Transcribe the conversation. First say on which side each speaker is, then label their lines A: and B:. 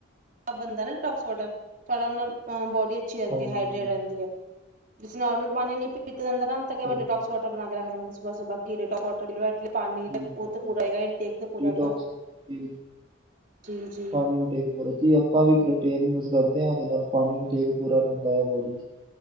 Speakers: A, on the right; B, on the right.
A: ਬਣਦਾ ਨਾ ਡੀਟੋਕਸ ਵਾਟਰ ਤੁਹਾਡਾ ਉਹ ਨਾਲ ਬੋਡੀ ਅੱਛੀ ਰਹਿੰਦੀ
B: ਹਾਂਜੀ
A: ਹੈ ਹਾੲ।
B: ਹਾਂਜੀ
A: ਜੇ ਰਹਿੰਦੀ ਹੈ ਜਿਸ ਤੋਂ ਨੋਰਮਲ ਪਾਣੀ ਨਹੀ ਪੀਤਾ ਜਾਂਦਾ ਨਾ ਤਾਂ ਕੋਈ
B: ਸਹੀ
A: ਵਾਰੀ ਡੀਟੋਕਸ
B: ਗੱਲ ਹੈ
A: ਵਾਟਰ। ਬਣਾ ਕੇ ਰੱਖ ਲੈਣਾ ਸ <unintelligible> ਪਾਣੀ ਦਾ
B: ਜੀ ਬਿਲਕੁਲ
A: ਉਹ ਤੇ ਪੂਰਾ ਹੈਗਾ ਇੰਟੇਕ ਤੇ ਪੂਰਾ
B: ਡੀਟੌਕਸ
A: ਹੈਗਾ।
B: ਜੀ
A: ਜੀ ਜੀ
B: ਪਾਣੀ ਇਨਟੇਕ ਪੂਰਾ ਜੀ ਆਪਾਂ ਵੀ ਪ੍ਰੋਟੀਨ ਯੂਜ ਕਰਦੇ ਆ, ਉਹਦੇ ਨਾਲ ਪਾਣੀ ਇਨਟੇਕ ਪੂਰਾ ਰੈਂਦਾ ਆ ਬੋਡੀ ਚ।